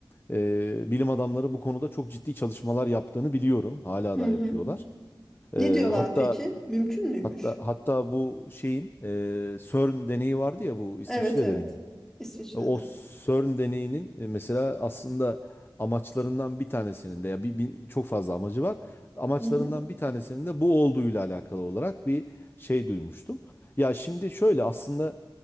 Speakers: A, on the left; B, in the centre.
A: E, bilim adamları bu konuda çok ciddi çalışmalar yaptığını biliyorum. Hala
B: Hı
A: da
B: hı.
A: yapıyorlar.
B: Ne
A: Ee,
B: diyorlar
A: hatta
B: peki? Mümkün müymüş?
A: hatta hatta bu şeyin e, CERN deneyi vardı ya bu İsviçre'de
B: Evet evet.
A: mi?
B: İsviçre'de.
A: O CERN deneyinin e, mesela aslında amaçlarından bir tanesinin de ya bir, bir- çok fazla amacı var. Amaçlarından
B: Hı hı
A: bir tanesinin de bu olduğuyla alakalı olarak bir şey duymuştum. Ya şimdi şöyle aslında